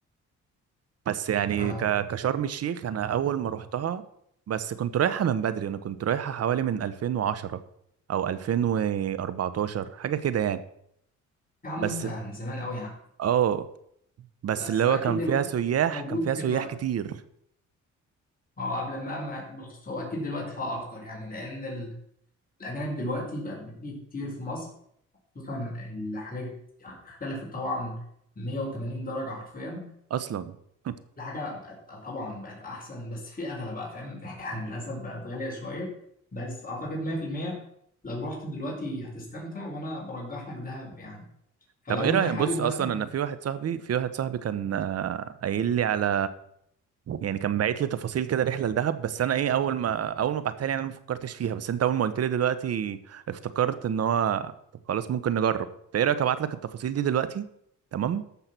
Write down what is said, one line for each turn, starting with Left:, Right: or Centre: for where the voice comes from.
Right: بس يعني
Left: آه
Right: ك... كشرم الشيخ انا اول ما رحتها بس كنت رايحة من بدري انا كنت رايحة حوالي من 2010 او 2014 حاجة كده يعني
Left: يا عم
Right: بس
Left: انت من زمان قوي يا عم
Right: اه بس
Left: بس
Right: اللي هو
Left: اكيد
Right: كان
Left: دلوقتي
Right: فيها سياح
Left: موجود
Right: كان فيها
Left: دلوقتي
Right: سياح كتير
Left: اه قبل ما ما بص هو اكيد دلوقتي فيها اكتر يعني لان ال- الاجانب دلوقتي بقى بتيجي كتير في مصر خصوصا الحاجات يعني اختلفت طبعا 180 درجة حرفيا
Right: اصلا <laughs>
Left: كل حاجة بقت طبعا بقت أحسن بس في أغلى بقى فاهم <laughs> يعني للأسف بقت غالية شوية بس أعتقد 100% لو رحت دلوقتي هتستمتع وأنا برجح لك دهب يعني فلو
Right: طب ايه
Left: أنت
Right: رأيك
Left: حابب
Right: بص
Left: مثلا
Right: اصلا انا في واحد صاحبي في واحد صاحبي كان آه، قايل لي على يعني كان باعت لي تفاصيل كده رحله لدهب بس انا ايه اول ما اول ما بعتها لي يعني انا ما فكرتش فيها بس انت اول ما قلت لي دلوقتي افتكرت ان هو طب خلاص ممكن نجرب فايه رايك ابعت لك التفاصيل دي دلوقتي تمام